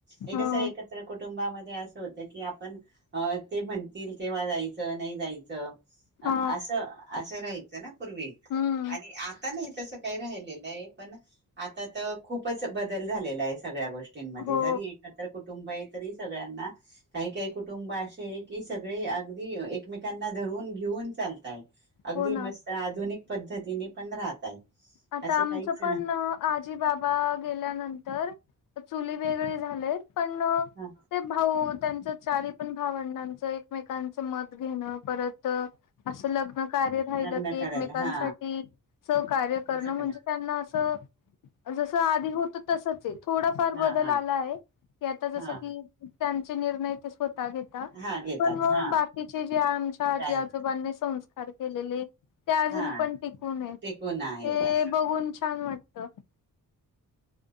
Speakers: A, on the right (about 30°); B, on the left (about 70°).
A: हे
B: हो
A: कस एकत्र कुटुंबामध्ये असं होतं की पण ते म्हण- -तील तेव्हा जायचं नाही जायचं.
B: हा
A: असं. असं राहायचं ना. पूर्वी
B: हम्म
A: आणि आता नाही. तस काही राहिलेलं नाही पण आता तर खूपच बदल झालेला आहे सगळ्या गोष्टी -मध्ये
B: हो
A: जरी एकत्र कुटुंब आहेत. तरी सगळ्यांना काही काही कुटुंब असे आहे की सगळे अगदी एकमेकांना धरून घेऊन चालताय. अगदी
B: हो ना
A: मस्त आधुनिक पद्धतीने पण राह -त्यात
B: आता
A: असं
B: आमचं
A: काहीच नाही.
B: पण अ, आजी बाबा गेल्यानंतर चुली वेगळे झाले. पण
A: ह
B: ते भाऊ त्यांच चारी पण भावंडांचं एकमेकांचं मत घेणं परत असं लग्न. कार्य राहिलं
A: लग्न
B: की
A: करायला
B: एकमेकांसाठी
A: हा
B: स कार्य करणं
A: कस
B: म्हणजे
A: करा
B: त्यांना असं. जसं आधी होत तसच हे. थोडाफार
A: हा
B: बदल
A: हा
B: आला आहे की आता
A: हा
B: जस की त्यां. चे निर्णय दे स्वतः. घ
A: हा घेतात
B: पण मग
A: हा
B: बाकीचे जे आमच्या आजी
A: काय
B: आजोबांनी संस्कार खेलेले. ते अजून
A: हा
B: पण टिकू येत.
A: टेकून आहेत
B: ते
A: असं
B: बघून छान वाटत. <inaudible>